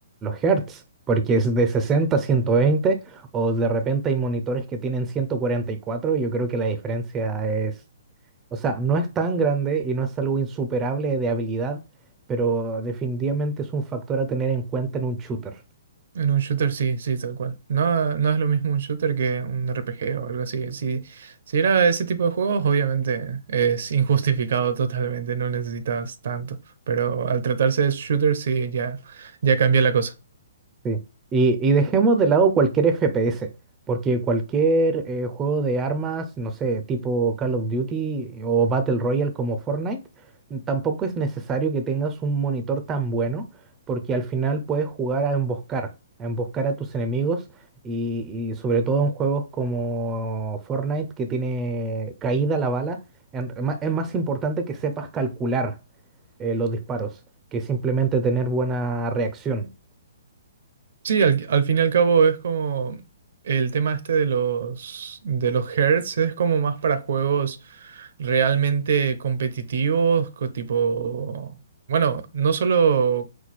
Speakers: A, on the right; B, on the right.
A: hertz, porque es de 60 a 120 o de repente hay monitores que tienen 144, yo creo que la diferencia es, o sea, no es tan grande y no es algo insuperable de habilidad, pero definitivamente es un factor a tener en cuenta en un shooter.
B: En un shooter sí, sí, tal cual. No, no es lo mismo un shooter que un RPG o algo así. Si, si era ese tipo de juegos, obviamente es injustificado totalmente, no necesitas tanto. Pero al tratarse de shooter, sí, ya, ya cambia la cosa.
A: Sí. Y, y dejemos de lado cualquier FPS, porque cualquier eh, juego de armas, no sé, tipo Call of Duty o Battle Royale como Fortnite, tampoco es necesario que tengas un monitor tan bueno, porque al final puedes jugar a emboscar, a emboscar a tus enemigos y, y sobre todo en juegos como Fortnite que tiene caída la bala, en- ma- es más importante que sepas calcular eh, los disparos que simplemente tener buena reacción.
B: Sí, al, al fin y al cabo es como el tema este de los de los hertz es como más para juegos realmente competitivos, co- tipo, bueno, no solo